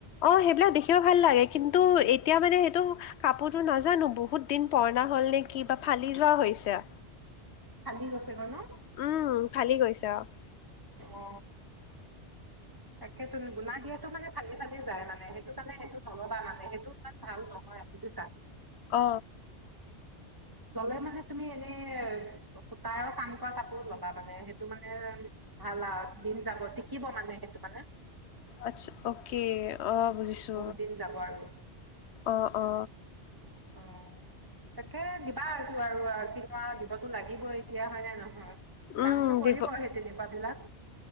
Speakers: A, on the left (about 75°); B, on the right (about 20°).
A: অ সেইবিলাক দেখিও ভাল লাগে কিন্তু এতিয়া মানে সেইটো কাপোৰতো ন নাজানো বহুত দিন পৰা নাই হ'ল নে কি বা ফালি যোৱা হৈছে
B: ফালি গৈছে গৈ ন
A: উম, ফালি গৈছে আৰু
B: অ তাকে তুমি গুণা দিয়াতটো মানে ফালি ফালি যায় মানে সেইটো কাৰণে সেইটো নলবা মানে সেইটো ইমান ভাল নহয় বুজিছা
A: অ
B: ললে মানে তুমি এনেই সূতাৰ কাম কৰা কাপোৰ ল'বা মানে সেইটো মানে ভাল আৰু দিন যাব টিকিব মানে সেইটো মানে
A: আচ্ছা অকে অ, বুজিছো
B: বহুত দিন যাব আৰু
A: অ অ
B: অ তাকে দিবা আজি আৰু অ দিবতো লাগিবই এ হয় নে নহয়
A: উম,
B: নামটো পঢ়িব
A: দিব
B: সেই তেনেকুৱা বিলাক